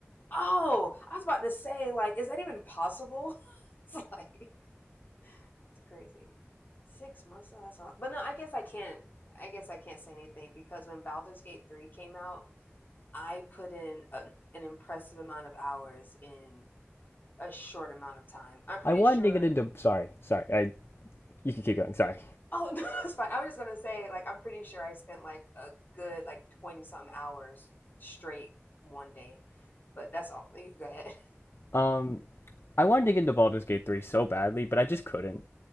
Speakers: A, on the left; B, on the left.
A: Oh, I was about to say, like, is that even possible? <laughs> It's like. That's crazy. Six months though, that's a lot. But no, I guess I can't. I guess I can't say anything because when Baldur's Gate three came out, I put in a, an impressive amount of hours in a short amount of time. I'm pretty
B: I wanted
A: sure.
B: to get into. Sorry, sorry. I, you can keep going, sorry.
A: Oh <laughs> no, it's fine. I was just gonna say, like, I'm pretty sure I spent like a good like twenty something hours straight one day. But that's all. You can go ahead.
B: Um, I wanted to get into Baldur's Gate 3 so badly, but I just couldn't.